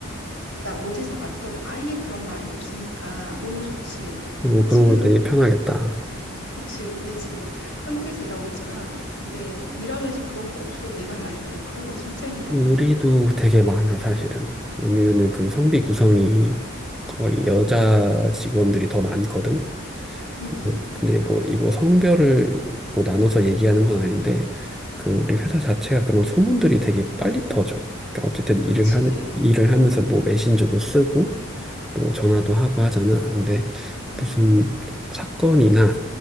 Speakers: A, on the left; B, in the centre.
A: 날 어디서 봤던 아예 그런 말이 없으니까 너무 좋지.
B: 뭐
A: 근데 지금
B: 그런 거 되게 편하겠다.
A: 그치. 근데 지금 한국에서 일하고 있잖아. 근데 일하면서 그런 거 없어. 내가 다닐 땐 그런 거 진짜 힘들었거든.
B: 우리도 되게 많아, 사실은. 우리는 그
A: 응,
B: 성비 구성이 거의 여자 직원들이 더 많거든.
A: 응. 응.
B: 뭐, 근데 뭐, 이 뭐 성별을 뭐 나눠서 얘기하는 건 아닌데, 그 우리 회사 자체가 그런 소문들이 되게 빨리 퍼져. 그러니까 어쨌든
A: 그치.
B: 일을 하면, 일을 하면서 뭐 메신저도 쓰고, 뭐 전화도 하고 하잖아. 근데
A: 응,
B: 무슨 사건이나